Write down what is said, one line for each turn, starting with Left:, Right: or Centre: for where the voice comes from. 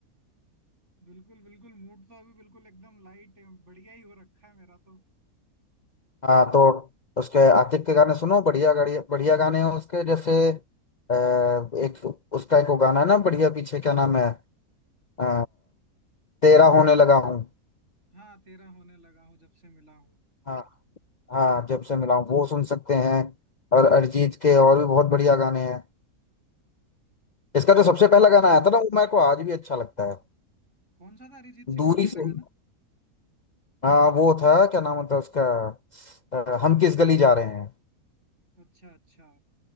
Right: बिल्कुल बिल्कुल मूड तो अभी बिल्कुल एकदम लाइट है बढ़िया ही हो रखा है मेरा तो
Left: हाँ तो उसके आतिफ के गाने सुनो बढ़िया बढ़िया बढ़िया गाने हैं उसके जैसे अ, एक उसका एक वो गाना है ना बढ़िया पीछे क्या नाम है अ, तेरा होने लगा हूँ
Right: हाँ तेरा होने लगा हूँ जब से मिला हूँ
Left: हाँ हाँ जब से मिला हूँ वो सुन सकते हैं और अरिजीत के और भी बहुत बढ़िया गाने हैं इसका
Right: और
Left: जो सबसे
Right: आप
Left: पहला गाना आया था ना वो मेरे को आज भी अच्छा लगता है
Right: कौन सा था अरिजीत सिंह
Left: दूरी
Right: का पहला
Left: से ही
Right: गाना
Left: हाँ वो था क्या नाम होता है उसका अ, हम किस गली जा रहे हैं
Right: अच्छा अच्छा